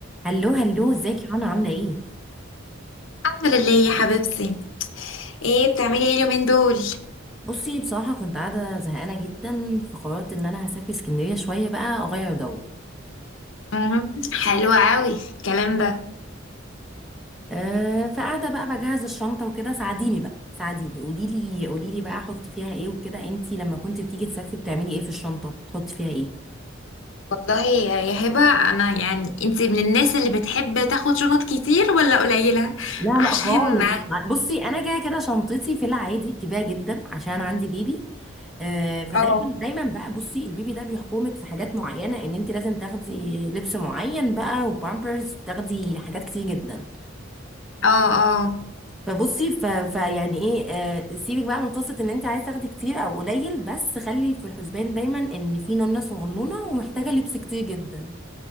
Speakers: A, in the centre; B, on the left (about 75°).
A: هلو هلو ازيك يا رنا عامله ايه
B: الحمد لله يا حبيبتي ايه بتعملي ايه اليومين دول
A: بصي بصراحه كنت قاعده زهقانه جدا فقررت ان انا هسافر اسكندريه شويه بقى اغير جو
B: مم، حلوة قوي الكلام ده
A: أه فقاعده بقى بجهز الشنطه وكده ساعديني بقى ساعديني قولي لي قولي لي بقى احط فيها ايه وكده انتي لما كنت بتيجي تسافري بتعملي ايه في الشنطه تحطي فيها ايه
B: والله يا يا هبة انا يعني انتي من الناس اللي بتحب تاخد شنط كتير ولا قليلة
A: لا
B: عشان
A: لا خالص
B: <laughs>
A: بصي انا كده كده شنطتي في العادي كبيره جدا عشان عندي بيبي آه فدايما
B: اه
A: دايما بقى بصي البيبي ده بيحكمك في حاجات معينه ان انت لازم تاخدي لبس معين بقى وبامبرز تاخدي حاجات كتير جدا
B: اه اه
A: فبصي ف... فيعني ايه آه سيبك بقى من قصه ان انت عايز تاخدي كتير او قليل بس خلي في الحسبان دايما ان في نونه صغنونه ومحتاجه لبس كتير جدا